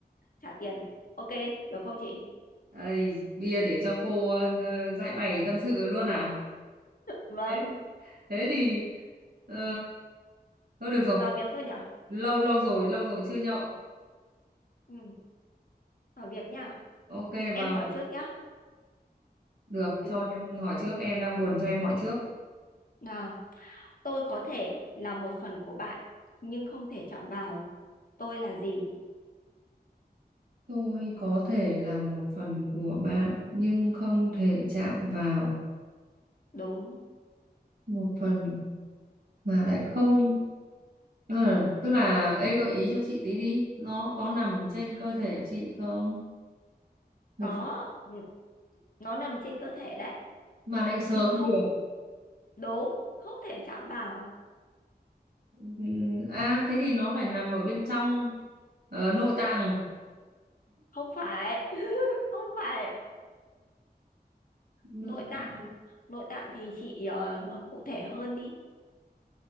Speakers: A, on the left (about 55°); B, on the right (about 75°).
A: trả tiền. Ok, được không chị?
B: Đây, bia để cho cô ờ, giải bày tâm sự luôn à?
A: Vâng,
B: Thế thế thì ờ, thôi được rồi,
A: vào việc thôi nhở?
B: lâu lâu rồi, lâu rồi chưa nhậu.
A: Ừ, vào việc nhá.
B: Ok
A: Em
B: vào
A: hỏi trước nhá.
B: được
A: Ừ.
B: cho em hỏi trước, em đang buồn cho em hỏi trước.
A: Nào, tôi có thể là một phần của bạn, nhưng không thể chạm vào. Tôi là gì?
B: Tôi có thể là một phần của bạn nhưng không thể chạm vào
A: Đúng,
B: một phần mà lại không tức là, tức là ê gợi ý cho chị tí đi nó có nằm trên cơ thể chị không một
A: có. Ừ. Nó nằm trên cơ thể đấy,
B: mà lại sờ
A: nhưng mà
B: không
A: không,
B: được
A: đúng, không thể chạm vào.
B: Ừm, à thế thì nó phải nằm ở bên trong ờ, nội tạng
A: không phải <laughs> không phải
B: nội
A: nội
B: tạng
A: tạng nội tạng thì chị ờ, nói cụ thể hơn đi